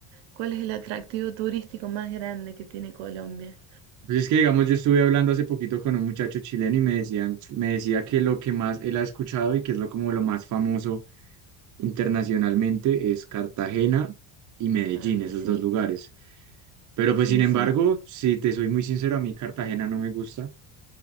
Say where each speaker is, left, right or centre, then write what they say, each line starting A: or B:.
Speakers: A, on the right (about 70°); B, on the right (about 45°).
A: cuál es el atractivo turístico más grande que tiene Colombia.
B: Pues es que, digamos, yo estuve hablando hace poquito con un muchacho chileno y me decían, me decía que lo que más él ha escuchado y que es lo como lo más famoso internacionalmente es Cartagena y Medellín,
A: Ah,
B: esos
A: sí,
B: dos lugares. Pero
A: sí,
B: pues sin embargo,
A: sí,
B: si te soy muy sincero, a mí Cartagena no me gusta.